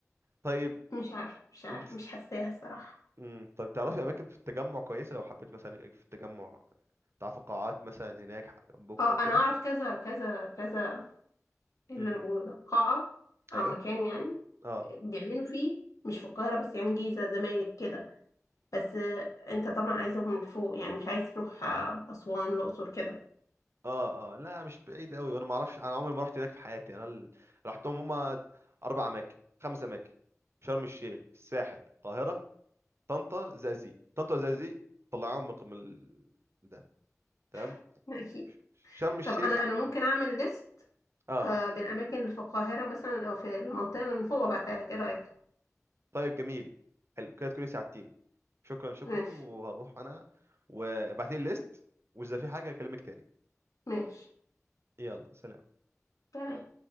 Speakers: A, on the right (about 50°); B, on the left (about 80°).
A: طيب
B: مش عارف مش عارف
A: انت
B: مش حاساها الصراحة
A: مم، طيب تعرفي اماكن في التجمع كويسة لو حبيت مثلا يبقى في التجمع تعرفي قاعات مثلا هناك جنبكوا
B: اه
A: او كده
B: انا اعرف كذا كذا كذا اللي
A: امم
B: انا بقوله ده قاعة او
A: ايوه
B: مكان يعني
A: اه
B: بيعملوا فيه مش في القاهرة بس يعني جيزة زمالك كده بس آه، انت طبعا عايزه من فوق يعني مش عايز تروح آه، اسوان الاقصر كده
A: اه اه لا مش بعيد قوي وانا ما اعرفش انا عمري ما رحت هناك في حياتي انا ال... رحتهم هما اربع اماكن خمس اماكن شرم الشيخ الساحل القاهره طنطا زقازيق طنطا وزقازيق طلعوهم من ق- من ال- ده تمام
B: <laughs> لا، اكيد
A: ش- شرم الشيخ
B: طب انا انا ممكن
A: مم.
B: اعمل ليست
A: اه
B: آه، بالاماكن اللي في القاهره مثلا او في المنطقه اللي من فوق وابعتها لك ايه رايك
A: طيب جميل حلو كده تكوني ساعدتيني شكرا شكرا
B: ماشي
A: وهروح انا وابعتيلي الليست واذا في حاجه اكلمك تاني
B: ماشي
A: يلا سلام
B: سلام.